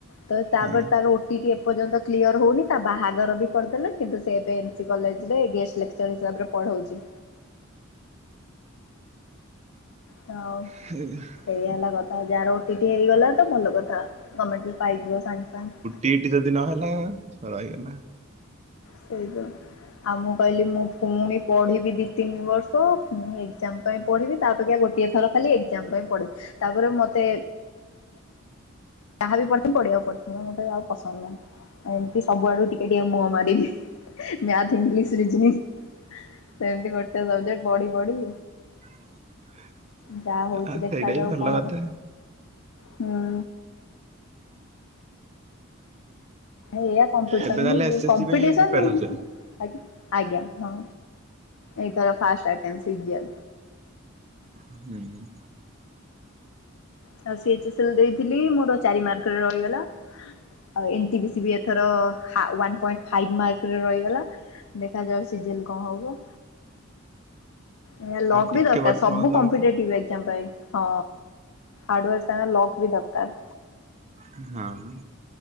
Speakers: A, on the left; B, on the right.
A: ତ ତାପରେ
B: ହଁ
A: ତା ଉଟିଟି ଏପର୍ଯ୍ୟନ୍ତ କ୍ଲିୟର ହଉନି ତା ବାହାଘର ବି କରିଦେଲେ। କିନ୍ତୁ ସେ ଏବେ ଏମ୍ ସି କଲେଜରେ ଗେଷ୍ଟ ଲେକ୍ଚର ହିସାବରେ ପଢ଼ଉଛି। ତ ଆଉ।
B: <unintelligible>
A: ଏଇଆ ହେଲା କଥା ଯାହାର ଉଟିଟି ହେଇଗଲା ତ ଭଲ କଥା ଗମେଣ୍ଟରେ ପାଇ ଯିବ ସାଙ୍ଗ ସାଙ୍ଗ।
B: ଟିଟି ଯଦି ନହେଲା ରହିଗଲା।
A: ସେଇ ତ। ଆଉ ମୁଁ କହିଲି ମୁଁ ପୁଣି ପଢିବି ଦି ତିନି ବର୍ଷ। ପୁଣି ଏଗଜାମ ପାଇଁ ପଢିବି ତା ଅପେକ୍ଷା ଗୋଟେ ଟିଏ ଥର ଖାଲି ଏଗଜାମ ପାଇଁ ପଡିବି। ତାପରେ ମତେ ଯାହା ବି ପଡ଼ିଥିବି ପିଢିବାକୁ ପଡିଥିବ। ମୋତେ ଆଉ ପସନ୍ଦ ନାହିଁ। ଏମିତି ସବୁଆଡୁ ଟିକେ ଟିକେ ମୁହଁ ମାରିବି ମ୍ୟାଥ ଇଂଲିଶ ଜୀମି ସେମିତି ଗୋଟେ ସବଜେଟ୍ ପଢି ପଢି
B: <inaudible>
A: ଯାହା ହଉଛି
B: ଆଉ
A: ଦେଖାଯାଉ
B: ସେଇଟା ବି ଭଲ
A: କଣ ହବ
B: କଥା
A: ହୁଁ। ଏଇଆ କମ୍ପିଟିସନ
B: ଏବେ ତାହେଲେ
A: ବି
B: ଏସ୍ ଏସ୍
A: କମ୍ପିଟିସନ
B: ସି ପାଇଁ ପ୍ରିପେୟାର ହଉଛ
A: ଆଜ୍ଞା ଆଜ୍ଞା ହଁ ଏଇଥର ଫାଷ୍ଟ <unintelligible>
B: ହୁଁ।
A: ହୁଁ ସିଏଜି ସିଲ ଦେଇଥିଲି ମୋର ଚାରି ମାର୍କରେ ରହିଗଲା। ଆଉ ଏନ୍ଟି ବି ସି ବି ଏଥର ହା ୱାନ୍ ପଏଣ୍ଟ ଫାଇଭ ମାର୍କରେ ରହିଗଲା ଦେଖାଯାଉ ସିଜଲ କଣ ହବ। ଏଇଆ ଲକ୍
B: ଆଉ ଟିକେ
A: ବି ଦରକାର
B: ପରିଶ୍ରମ
A: ସବୁ
B: କର
A: କମ୍ପିଟେଟିଭ ଏଗଜାମ ପାଇଁ। ହଁ ହାର୍ଡୱାର୍କ ସାଙ୍ଗରେ ଲକ ବି ଦରକାର।
B: ହଁ ହଁ।